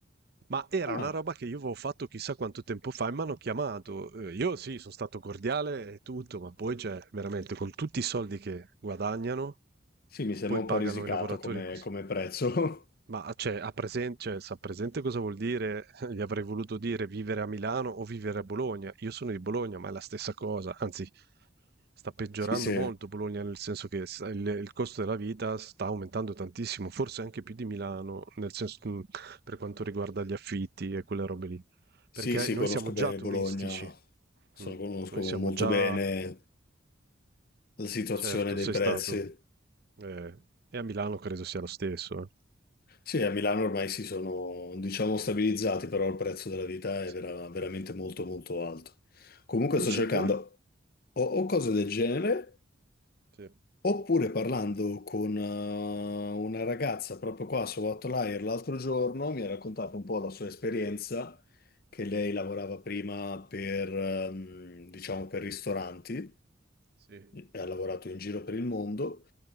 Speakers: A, on the right; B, on the left.
A: Ma era
B: Ah.
A: una roba che io avevo fatto chissà quanto tempo fa e mi hanno chiamato. Eh, Io sì, sono stato cordiale e tutto, ma poi cioè, veramente con tutti i soldi che guadagnano,
B: Sì, mi sembra
A: poi
B: un
A: pagano
B: po' risicato
A: i lavoratori
B: come,
A: in questo.
B: come prezzo. <laughs>
A: Ma cioè, a presen- cioè, sa presente cosa vuol dire? <laughs> Gli avrei voluto dire vivere a Milano o vivere a Bologna. Io sono di Bologna, ma è la stessa cosa, anzi, Sta peggiorando
B: Sì, sì,
A: molto Bologna, nel senso che s- il, il costo della vita sta aumentando tantissimo, forse anche più di Milano, nel senso, mh, per quanto riguarda gli affitti e quelle robe lì.
B: sì,
A: Perché
B: sì,
A: noi
B: conosco
A: siamo già
B: bene
A: turistici,
B: Bologna, so-
A: Mm.
B: conosco
A: noi siamo
B: molto
A: già,
B: bene la situazione
A: certo,
B: dei
A: sei
B: prezzi.
A: stato, eh, e a Milano credo sia lo stesso. eh.
B: Sì, a Milano ormai si sono, diciamo, stabilizzati, però il prezzo della vita
A: Sì.
B: è vera- veramente molto, molto alto. Comunque
A: Invece
B: sto cercando
A: poi...
B: o, o cose del genere.
A: Sì,
B: Oppure parlando con eh, una ragazza proprio qua su Outlier l'altro giorno mi ha raccontato un po' la sua esperienza, che lei lavorava prima per, ehm, diciamo, per ristoranti,
A: sì.
B: e ha lavorato in giro per il mondo.